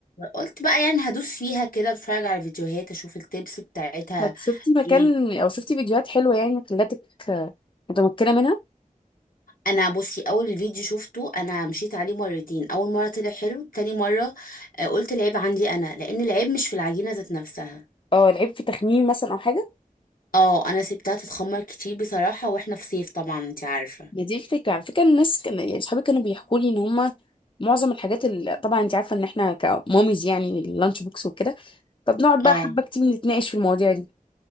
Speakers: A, on the left; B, on the left.
A: قلت بقى يعني هدوس فيها كده اتفرج على فيديوهات اشوف التيبس بتاعتها
B: طب شفتي مكان
A: ايه
B: او شفتي فيديوهات حلوه يعني خلاتك آه، متمكنه منها
A: انا بصي اول فيديو شفته انا مشيت عليه مرتين اول مره طلع حلو تاني مره آه، قلت العيب عندي انا لان العيب مش في العجينه ذات نفسها
B: اه العيب في تخميم مثلا او حاجه
A: اه انا سبتها تتخمر كتير بصراحه واحنا في صيف طبعا انت عارفه
B: ما دي الفكره على فكره الناس كان يعني صحابي كانوا بيحكوا لي ان هم معظم الحاجات اللي طبعا انت عارفه ان احنا كماميز يعني اللانش بوكس وكده طب نقعد بقى
A: اه
B: حبة كتير نتناقش في المواضيع دي